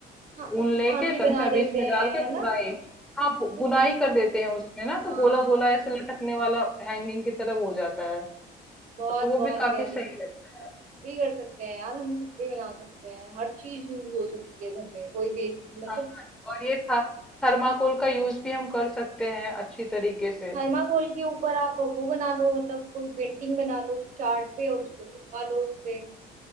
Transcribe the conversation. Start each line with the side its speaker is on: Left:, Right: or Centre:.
Right: हाँ उसकी
Centre: ऊन लेके
Right: आंखें
Centre: कंचा
Right: बना देते
Centre: बीच में
Right: हैं
Centre: डाल के
Right: है
Centre: बुनाई
Right: ना कुछ
Centre: हाँ बु-
Right: कुछ
Centre: बुनाई कर देते हैं उसमें ना
Right: हाँ
Centre: तो गोला
Right: हाँ हाँ
Centre: गोला ऐसे लटकने वाला हैंगिंग की तरफ हो जाता है
Right: बहुत
Centre: तो वो
Right: बहुत
Centre: भी काफी
Right: प्यारी
Centre: सही लगता है
Right: भी कर सकते हैं यार हम कुछ भी बना सकते हैं हर चीज यूज हो सकती है घर में कोई भी मतलब
Centre: हाँ और ये था थर्माकोल का यूज भी हम कर सकते हैं अच्छी तरीके से
Right: थर्माकोल के ऊपर आप वो बना लो मतलब कोई पेंटिंग बना लो चार्ट पे और उसको चिपका लो उस पे